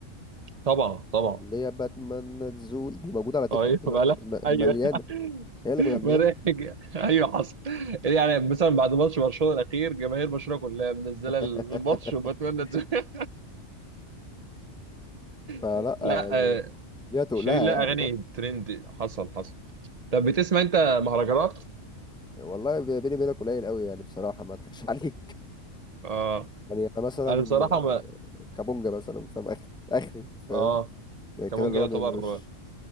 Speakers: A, on the right; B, in the centre.
A: طبعا طبعا
B: اللي هي باتمان تزول دي موجودة على تيك
A: ايوه
B: توك دلوقتي
A: بلا
B: م-
A: ايوه
B: مليانة هي اللي
A: <laughs>
B: مغنياها
A: مناهج ايوه حصل يعني يعني مثلا بعد ماتش برشلونه الاخير جماهير برشلونه كلها منزله
B: <laughs>
A: الماتش وبتمنى تزهق
B: فلا
A: <laughs> لا
B: يعني
A: آه،
B: ليها تقولها
A: شيرين لا
B: يعني
A: اغاني
B: برضو
A: ترند حصل حصل طب بتسمع انت مهرجانات
B: والله بيني وبينك قليل قوي يعني بصراحة ما اضحكش <laughs> عليك
A: اه
B: يعني انا مثلا
A: انا بصراحه
B: آه،
A: ما
B: كابونجا مثلا فاهم اخري اخري فاهم
A: اه
B: يعني
A: كمونجا
B: كده اللي هو
A: يعتبر
B: ما يعملوش